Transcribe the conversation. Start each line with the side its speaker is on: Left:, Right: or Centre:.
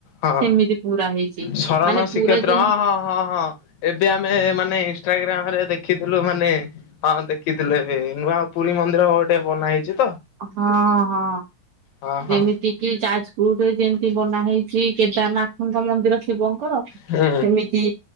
Left: ହଁ।
Right: ସେମିତି ପୁରା ହେଇଛି।
Left: ଶରଣ
Right: ମାନେ
Left: ଶ୍ରୀକ୍ଷେତ୍ର
Right: ପୁରା ଯେ
Left: ହଁ ହଁ ହଁ ହଁ ଏବେ ଆମେ ମାନେ ଇନଷ୍ଟାଗ୍ରାମରେ ଦେଖିଥିଲୁ ମାନେ ମାନେ ହଁ ଦେଖିଥିଲୁ ଏବେ ନୂଆ ପୁରୀ ମନ୍ଦିର ଗୋଟେ ବନା ହେଇଥିଲା।
Right: ହଁ ହଁ
Left: ହଁ ହଁ।
Right: ଯେମିତି କିି ଚା ଗଟେ ଯେମିତି ବନା ହେଇଛିି କେଦାରନାଥଙ୍କ ମନ୍ଦିର। ଶିବଙ୍କର
Left: ହୁଁ
Right: ସେମିତି